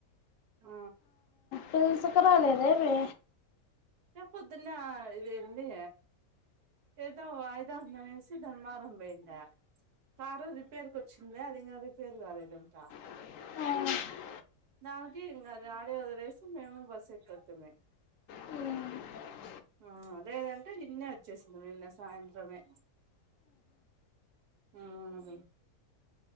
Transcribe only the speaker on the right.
ఆ
పొద్దునే ఇది ఎంది ఏదో వాయిదా ఉందనేేసి ధర్మమార్మ పోయిండ కారు రిపేర్కి వచ్చింద అదింగా రిపేర్ కాలేదంట
దానికి ఇంగ అది ఆడే ఒక వయసు మేము బస్ ఎక్కోతిమి
ఆ లేదంటే నిన్నే వచ్చేసింది నిన్న సాయంత్రమే అ